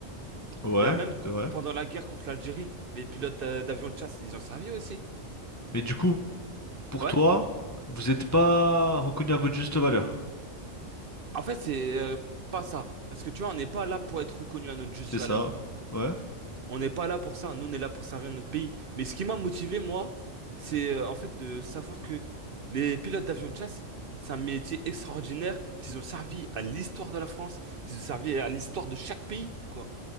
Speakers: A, on the left; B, on the right.
A: Ouais,
B: Regarde, même qu-
A: c'est vrai.
B: pendant la guerre contre l'Algérie, les pilotes d'a- d'avions de chasse, ils ont servi aussi.
A: Mais du coup, pour
B: Ouais.
A: toi, vous êtes pas reconnu à votre juste valeur.
B: En fait, c'est euh, pas ça. Parce que, tu vois, on n'est pas là pour être reconnu à notre juste
A: C'est
B: valeur.
A: ça. Ouais.
B: On n'est pas là pour ça, nous on est là pour servir notre pays. Mais ce qui m'a motivé, moi, c'est euh, en fait de savoir que les pilotes d'avions de chasse, c'est un métier extraordinaire, qu'ils ont servi à l'histoire de la France, qu'ils ont servi à l'histoire de chaque pays, quoi.